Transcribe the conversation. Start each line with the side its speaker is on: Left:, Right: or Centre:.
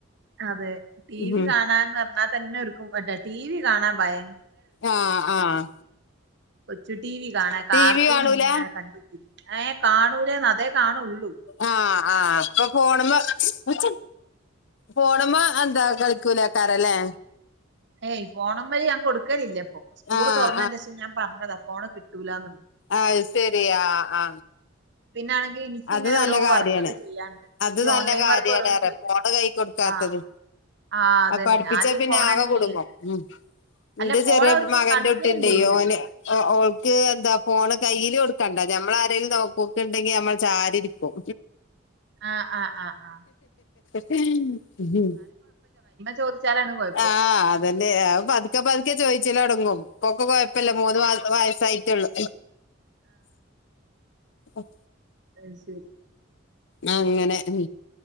Right: അതെ ടി
Left: ഉം
Right: വി കാണാന്ന് പറഞ്ഞാൽ തന്നെക്കും ടി വി കാണാൻ ഭയ
Left: ആഹ് ആഹ്
Right: ഒച്ചിട്ട് ടി വി കാണാൻ കാർട്ടൂൺ
Left: ടി വി കാണൂല
Right: ഇങ്ങനെ കണ്ട് ഏഹ് കാണൂലേ അതേ കാണൂള്ളൂ
Left: ആഹ് ആഹ് അപ്പൊ ഫോണിൻ മേൽ ഫോണു മേൽ എന്താ കളിക്കൂല ആക്കാരല്ലേ
Right: ഏയ് ഫോണുമേൽ ഞാൻ കൊടുക്കലില്ല സ്കൂള്
Left: ആഹ്
Right: തുറന്നതിന്റെ ശേഷ ഞാൻ പറഞ്ഞതാ ഫോണ് കിട്ട തൂലാമെന്ന്
Left: ആ ശരിയാ ആ
Right: പിന്നാണെങ്കിൽ എനിക്കിങ്ങനെ
Left: അത് നല്ല
Right: ഓരോ
Left: കാര്യാണ്
Right: വർക്കൊക്കെ ചെയ്യാണ്ട്
Left: അത്
Right: ഈ
Left: നല്ല
Right: ഓൺലൈൻ
Left: കാര്യണ
Right: വർക്ക് ഓരോന്ന്
Left: റെ
Right: ചെയ്യുന്നു
Left: ഫോണ് കൈ കൊടുക്കാത്തത്
Right: ആഹ് ആഹ് അതന്നെ
Left: അപ്പ പഠപ്പിച്ചാ
Right: ആദ്യം
Left: പിന്നെ
Right: ഫോണെന്നേനി
Left: ആകെ കുടുങ്ങും ഉം
Right: അല്ല
Left: എന്റെ
Right: ഫോൺ
Left: ചെറിയ
Right: അവർക്ക്
Left: മകന്റെ
Right: കളിക്കലുണ്ടേനി
Left: കുട്ടിയുണ്ട് ഓന്
Right: ഓര്
Left: ഓൾക് ക്ക് എന്താ ഫോണ് കയ്യിൽ കൊടുക്കണ്ട നമ്മൾ ആരേലും നോക്കുകെണ്ടെങ്കിൽ നമ്മൾ ചാരിരിക്കും
Right: ആ ആഹ് ആഹ് ആ
Left: ഉം ഉം
Right: ചോദിച്ചാലാണ് കൊഴപ്പം
Left: അതന്നെ പതുക്കെ പതുക്കെ ചോയിച്ച് ചില അടങ്ങും ഇപ്പൊക്കെ കൊഴപ്പില്ല മൂന്ന് വയസ്സായിട്ടുള്ളൂ ഉം
Right: അ ശരി
Left: ആ അങ്ങനെ ഉം